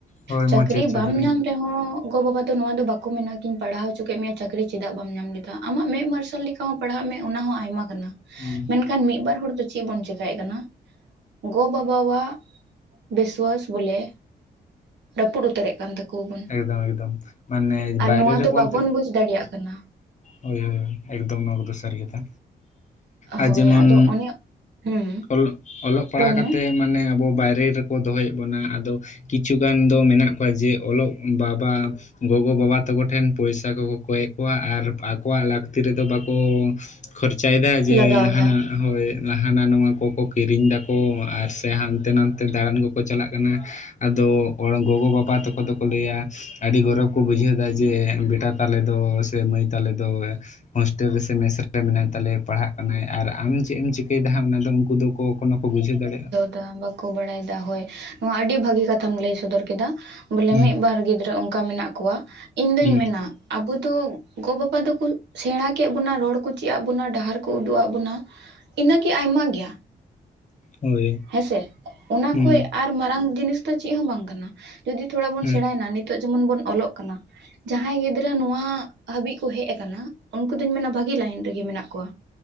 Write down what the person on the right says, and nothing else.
ᱪᱟᱠᱨᱤ
ᱵᱟᱢ ᱧᱟᱢ ᱨᱮᱦᱚᱸᱼᱼ ᱜᱚ ᱵᱟᱵᱟ ᱫᱚ ᱱᱚᱣᱟ ᱫᱚ ᱵᱟᱠᱩ ᱢᱮᱱᱟ ᱠᱤᱧ ᱯᱟᱲᱦᱟᱣ ᱩᱪᱩ ᱠᱮᱜ ᱢᱮᱭᱟ ᱪᱟᱠᱨᱤ ᱪᱮᱫᱟᱜ ᱵᱟᱢ ᱧᱟᱢ ᱞᱮᱫᱟ ᱟᱢᱟᱜ ᱢᱮᱸᱜ ᱢᱟᱨᱥᱟᱞ ᱞᱮᱠᱟ ᱦᱚᱸᱼᱼ ᱯᱟᱲᱦᱟᱜ ᱢᱮ ᱚᱱᱟ ᱦᱚᱸ ᱟᱭᱢᱟ ᱠᱟᱱᱟ᱾
ᱢᱮᱱᱠᱷᱟᱱ ᱢᱤᱫ ᱵᱟᱨ ᱦᱚᱲ ᱫᱚᱼᱼ ᱪᱮᱫ ᱵᱚᱱ ᱪᱮᱠᱟᱭᱮᱜ ᱠᱟᱱᱟ ᱜᱚ ᱵᱟᱵᱟᱣᱟᱜ ᱵᱤᱥᱣᱟᱹᱥ ᱵᱚᱞᱮᱼᱼ ᱨᱟᱹᱯᱩᱫ ᱩᱛᱟᱹᱨᱮᱜ ᱠᱟᱱ ᱛᱟᱹᱠᱩᱣᱟ ᱵᱩᱱ
ᱟᱨ
ᱱᱚᱣᱟ
ᱫᱚ ᱵᱟᱵᱚᱱ
ᱵᱩᱡᱽᱼᱼ ᱫᱟᱲᱮᱭᱟᱜ ᱠᱟᱱᱟ᱾
ᱦᱳᱭ
ᱟᱫᱚ ᱚᱱᱮ ᱦᱩᱸ
ᱨᱚᱲ
ᱢᱮ
ᱞᱟᱜᱟᱣ ᱮᱫᱟ
ᱛᱟ ᱵᱟᱠᱚ ᱵᱟᱲᱟᱭ ᱫᱟ ᱦᱳᱭ ᱱᱚᱣᱟ ᱟᱰᱤ ᱵᱷᱟᱹᱜᱤ ᱠᱟᱛᱷᱟᱢ ᱞᱟᱹᱭ ᱥᱚᱫᱚᱨ ᱠᱮᱫᱟ᱾ ᱵᱚᱞᱮ
ᱢᱤᱫ ᱵᱟᱨ ᱜᱤᱫᱽᱨᱟᱹ ᱚᱱᱠᱟ ᱢᱮᱱᱟᱜ ᱠᱚᱣᱟ ᱤᱧ ᱫᱩᱧ
ᱢᱮᱱᱟ᱾ ᱟᱵᱚ ᱫᱚ ᱜᱚ ᱵᱟᱵᱟ ᱫᱚᱠᱚ ᱥᱮᱬᱟ ᱠᱮᱜ ᱵᱚᱱᱟ ᱨᱚᱲ ᱠᱚ ᱪᱮᱫ ᱟᱜ ᱵᱚᱱᱟ ᱰᱟᱦᱟᱨ ᱠᱚ ᱩᱫᱩᱜ ᱟᱜ ᱵᱚᱱᱟ᱾ ᱤᱱᱟᱹ ᱠᱤ ᱟᱭᱢᱟ ᱜᱮᱭᱟ᱾
ᱦᱮᱸᱥᱮ ᱚᱱᱟ
ᱠᱷᱚᱡ ᱟᱨ ᱢᱟᱨᱟᱝ ᱡᱤᱱᱤᱥ ᱫᱚ ᱪᱮᱫ ᱦᱚᱸ ᱵᱟᱝ ᱠᱟᱱᱟ᱾ ᱡᱩᱫᱤ ᱛᱷᱚᱲᱟ ᱵᱚᱱ
ᱥᱮᱬᱟᱭ ᱱᱟ ᱱᱤᱛᱚᱜ ᱡᱮᱢᱚᱱ ᱵᱚᱱ ᱚᱞᱚᱜ ᱠᱟᱱᱟ ᱡᱟᱦᱟᱸᱭ ᱜᱤᱫᱽᱨᱟᱹ ᱱᱚᱣᱟᱼᱼ ᱦᱟᱹᱵᱤᱡ ᱠᱚ ᱦᱮᱡ ᱠᱟᱱᱟ ᱩᱱᱠᱩ ᱫᱩᱧ ᱢᱮᱱᱟ ᱵᱷᱟᱜᱮ ᱞᱟᱭᱤᱱ ᱨᱮᱜᱮ ᱢᱮᱱᱟᱜ ᱠᱚᱣᱟ᱾